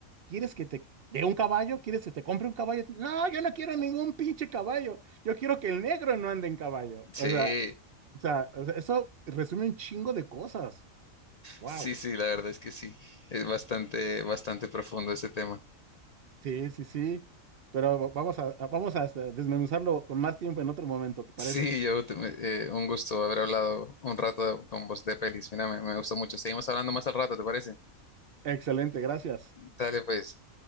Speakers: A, on the right (about 55°); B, on the left (about 65°).
A: ¿Quieres que te dé un caballo? ¿Quieres que te compre un caballo? a ti?". No, yo no quiero ningún pinche caballo. Yo quiero que el negro no ande en caballo.
B: Sí,
A: O sea, o sea, o sea, eso resume un chingo de cosas. Wow.
B: sí, sí, la verdad es que sí. Es bastante, bastante profundo ese tema.
A: Sí, sí, sí. Pero vamos a, a- vamos a este, desmenuzarlo con más tiempo en otro momento, ¿te parece?
B: Sí, yo te- me- eh, un gusto haber hablado un rato con vos de pelis. Mira, me, me gustó mucho. Seguimos hablando más al rato, ¿te parece?
A: Excelente, gracias.
B: Dale, pues.